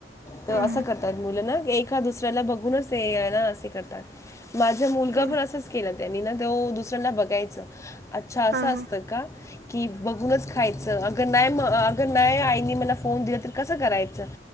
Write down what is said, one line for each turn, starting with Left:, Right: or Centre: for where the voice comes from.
Left: तर
Right: हा
Left: असं करतात मुलं ना की एखाद दुसऱ्याला बघूनच ते हाय ना असे करतात. माझा मुलगा
Right: हा
Left: पण असंच केला त्यांनी ना तो दुसऱ्यांला बघायच अच्छा असं
Right: हा
Left: असतं का कि बघूनच खायचं अगर नाही म अगर नाही आईने मला फोन दिला तर कसं करायचं.